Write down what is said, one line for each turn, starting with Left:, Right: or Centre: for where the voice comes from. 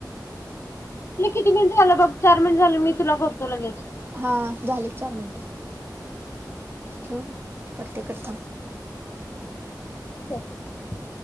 Left: किती मिन अल बघ चार मिनिट झाले मी तुला बघतो लगेच.
Right: हा झाले चार मिनट ठेव करते कट थांब.
Left: <unintelligible>